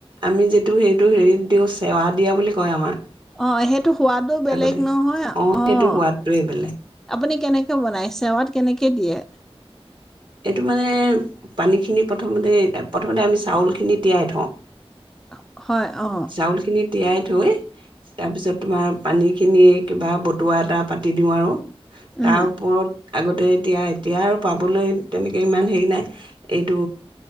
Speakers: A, on the right; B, in the centre.
A: আমি যিটো হেইটো হেৰিত দিওঁ চেৱা দিয়া বুলি কয় আমাৰ।
B: অহ' হেইটো সোৱাদো বেলেগ
A: আগতে
B: নহয় অ'
A: সেইটো সোৱাদটোৱে বেলেগ
B: আপুনি কেনেকে বনাইছে? কেনেকে দিয়ে?
A: এইটো মানে পানীখিনি প্ৰথমতে প্ৰথমতে আমি চাউলখিনি তিয়াই থওঁ।
B: <unintelligible> অ',
A: চাউল খিনি তিয়াই থৈয়। তাৰপিছত তোমাৰ পানীখিনি কিবা বতুৱা এটা পাতি দিওঁ আৰু
B: উম,
A: তাৰ ওপৰত আগতে এতিয়া, এতিয়া আৰু পাবলৈ তেনেকৈ ইমান হেৰি নাই এইটো